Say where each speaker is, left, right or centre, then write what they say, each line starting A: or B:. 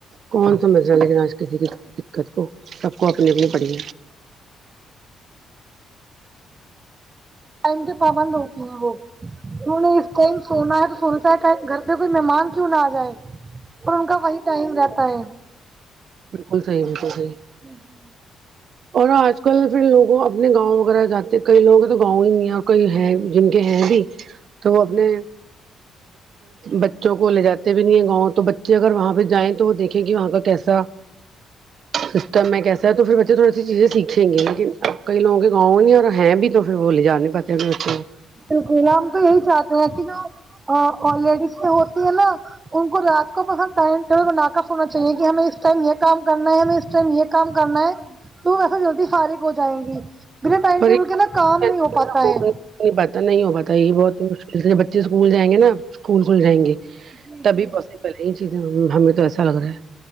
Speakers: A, on the right; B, on the right.
A: کون سمجھ را لیکن آج کسی کی دقت کو سب کو اپنی اپنی پڑی
B: ٹائم کے پابند ہوتے ہیں وہ انہوں نے اس ٹائم سونا ہے تو سوچتا ہے گھر پہ کوئی مہمان کیوں نہ آ جائے اور ان کا وہی ٹائم رہتا ہے
A: بالکل صحیح بالکل صحیح
B: نہیں
A: اور آج کل پھر لوگوں اپنے گاؤں وغیرہ جاتے کئی لوگوں کے تو گاؤں ہی نہیں ہے اور کئی ہے جن کے ہیں بھی تو وہ اپنے بچوں کو لے جاتے بھی نہیں ہے گاؤں تو بچے اگر وہاں پہ جائیں تو وہ دیکھیں گ وہاں کا کیسا سسٹم میں کیسا ہے تو پھر بچے تھوڑے چیزیں سیکھیں گے لیکن اپ کئی لگوں کے گاؤں نہیں اور ہے ہیں بھی تو پھر وہ لی جا نہیں پتے انیں بچوں کو
B: باکل ہم تو یہی چاہتے ہیں کہ جو آلریڈی تو ہوتی ہے نا ان کو رات کو اپنا ٹائم ٹائم بنا کر سونا چاہیے کہ ہمیں اس ٹائم یہ کام کرنا ہے ہمیں اس ٹائم یہ کام کرنا ہے تو ویسا جلدی فارغ ہو جائیں گی بنا ٹائم
A: پریشان
B: ٹیبل کے نا کام نہیں ہو پاتا
A: نا، وہ
B: ہے
A: نہیں پاتہ نہیں ہو پاتا یہ بہت مشکل سے بچے اسکول جائیں گے نا اسکول کھل جائیں گے
B: جی جی
A: تبھی پوسیبل ہے یہ چیز ہمیں تو ایسا لگ رہا ہے